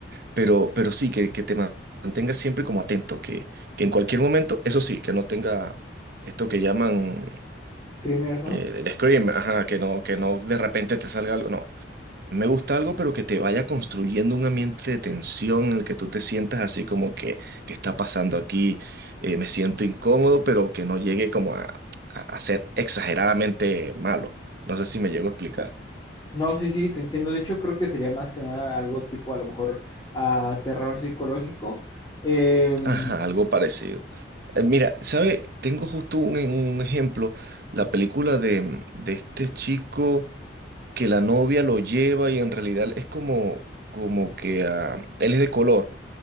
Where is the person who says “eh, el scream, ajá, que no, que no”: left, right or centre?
Right